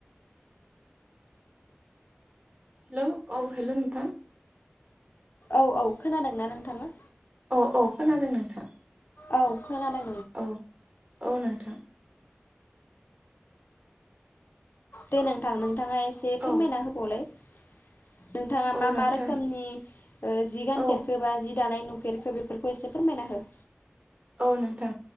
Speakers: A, on the right; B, on the left.
A: हेलौ औ हेलौ नोंथां।
B: औ औ खोनादोंना नोंथाङा?
A: अ खोनादों नोंथां।
B: औ खोनानो
A: औ औ नोंथां।
B: दे नोंथां नोंथाङा एसे
A: औ
B: फोरमायना होबावलाय। नोंथाङा
A: औ
B: मा
A: नोंथां
B: मा रोखोमनि जि ओ गानफेरखोबा
A: औ
B: जि दानाय नुफेरखो बेफोरखौ एसे फोरमायना हो।
A: औ नोंथां